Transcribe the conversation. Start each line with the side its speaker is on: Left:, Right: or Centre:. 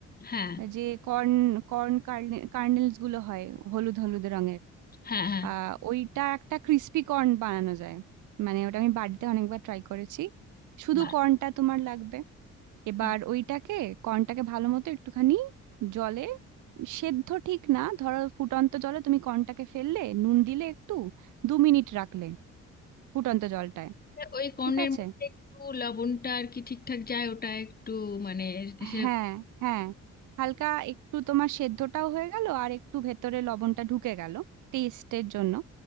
Left: হ্যাঁ
Right: যে কর্ন কর্ন কার্নেলস গুলো হয় হলুদ হলুদ রঙের
Left: হ্যাঁ হ্যাঁ
Right: আহ ওইটা একটা ক্রিস্পি কর্ন বানানো যায় মানে ওটা আমি বাড়িতে অনেকবার ট্রাই করেছি শুধু
Left: বাহ
Right: কর্নটা তোমার লাগবে এবার
Left: হ্যাঁ।
Right: ওইটাকে কর্নটাকে ভালো মতো একটুখানি জলে সেদ্ধ ঠিক না ধরো ফুটন্ত জলে তুমি কর্নটাকে ফেললে নুন দিলে একটু দু মিনিট রাখলে ফুটন্ত জলটায়
Left: ওই কর্নের
Right: ঠিক আছে
Left: মধ্যে একটু লবণটা আর কি ঠিকঠাক যায় ওটা একটু মানে সে
Right: হ্যাঁ হ্যাঁ হালকা একটু তোমার সেদ্ধটাও হয়ে গেল আর একটু ভেতরে লবণটা ঢুকে গেল টেস্টের জন্য